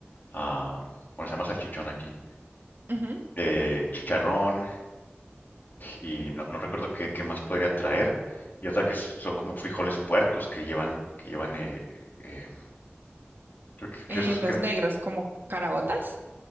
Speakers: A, on the left (about 50°); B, on the right (about 55°).
A: am, bueno, se llama salchichón aquí,
B: Ujú.
A: eh, chicharrón, y no, no recuerdo qué, qué más podría traer. Y otra que s- son como frijoles puercos que llevan, que llevan, eh, eh, creo que, que
B: Eh,
A: esos,
B: los negros como carabotas.